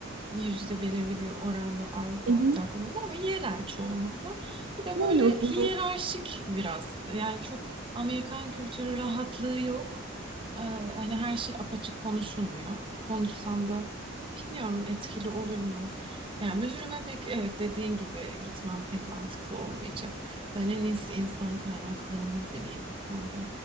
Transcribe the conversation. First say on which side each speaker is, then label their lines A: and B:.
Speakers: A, on the right; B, on the right.
A: yüzde belirli bir oranda Avrupa
B: Hı
A: ortaklığında
B: hı.
A: ama yerel çoğunlukla. Bir de
B: Yani
A: böyle
B: o zaman
A: hiyerarşik biraz. Yani çok Amerikan kültürü rahatlığı yok. E, hani her şey apaçık konuşulmuyor. Konuşsan da bilmiyorum etkili olur mu? Yani müdürüme pek evet dediğin gibi gitmem pek mantıklı olmayacak. Ben en iyisi insan kaynaklarını deneyeyim o konuda.